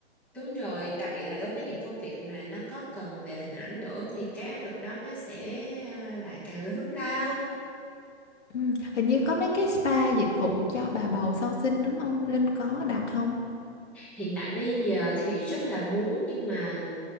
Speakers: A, in the centre; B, on the left (about 85°).
A: đúng rồi đặc biệt là đối với những công việc mà nó có cần về hình ảnh nữa thì cái áp lực đó nó sẽ à, lại càng lớn lao
B: Ừ. Hình như có mấy cái spa dịch vụ cho bà bầu sau sinh đúng không? Linh có đặt không?
A: hiện tại bây giờ thì rất là muốn nhưng mà